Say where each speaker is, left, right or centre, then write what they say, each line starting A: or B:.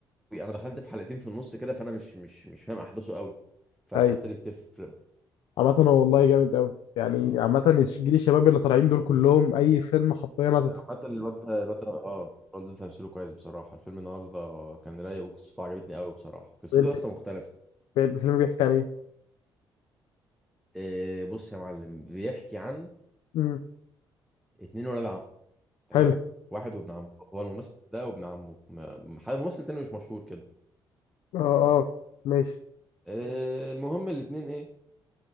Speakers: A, in the centre; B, on the left.
A: أنا دخلت في حلقتين في النص كده فأنا مش مش مش فاهم أحداثه قوي فالحتة
B: ايوه
A: دي بتفرق
B: عامه هو والله جامد قوي يعني عامه الش- جيل الشباب اللي طالعين دول كلهم اي فيلم حرفيا هتتفرج
A: حتى الواد ده الواد ده اه الواد ده تمثيله كويس بصراحة الفيلم النهاردة كان رايق وقصته عجبتني قوي بصراحة قصته
B: عليه
A: لسه مختلفة
B: الفيلم بيحكي عن ايه
A: إيه بص يا معلم بيحكي عن
B: امم
A: اتنين ولاد عم تمام
B: حلو
A: واحد وابن عمه هو الممثل ده وابن عمه م- م- حد ممثل تاني مش مشهور كده
B: اه اه ماشي
A: إيه المهم الاتنين ايه